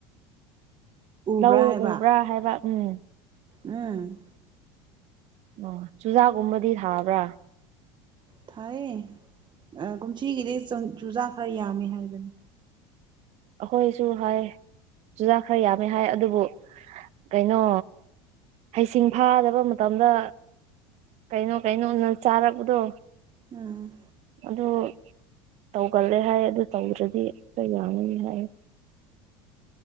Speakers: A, on the right (about 35°); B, on the right (about 55°).
A: ꯎꯕ꯭ꯔꯥ
B: ꯂꯧ
A: ꯍꯥꯏꯕ
B: ꯎꯕ꯭ꯔꯥ ꯍꯥꯏꯕ ꯎꯝ
A: ꯎꯝ
B: ꯑꯣ ꯆꯨꯖꯥꯛꯀꯨꯝꯕꯗꯤ ꯊꯥꯕ꯭ꯔꯥ
A: ꯊꯥꯏꯌꯦ ꯀꯨꯝꯊꯒꯤꯗꯤꯩ ꯆꯨꯖꯥꯛ ꯈꯔ ꯌꯥꯝꯃꯦ ꯍꯥꯏꯕꯅꯤ
B: ꯑꯩꯈꯣꯏꯁꯨ ꯍꯥꯏ ꯆꯨꯖꯥꯛ ꯈꯔ ꯌꯥꯝꯃꯦ ꯍꯥꯏ ꯑꯗꯨꯕꯨ ꯀꯩꯅꯣ ꯍꯩꯁꯤꯡ ꯐꯥꯗꯕ ꯃꯇꯝꯗ ꯀꯩꯅꯣ ꯀꯩꯅꯣ ꯅ ꯆꯥꯔꯛꯄꯗꯣ
A: ꯎꯝ
B: ꯑꯗꯨ ꯇꯧꯒꯜꯂꯦ ꯍꯥꯏ ꯑꯗꯨ ꯇꯧꯗ꯭ꯔꯗꯤ ꯑꯛꯇ ꯌꯥꯅꯤꯅꯤ ꯍꯥꯏꯌꯦ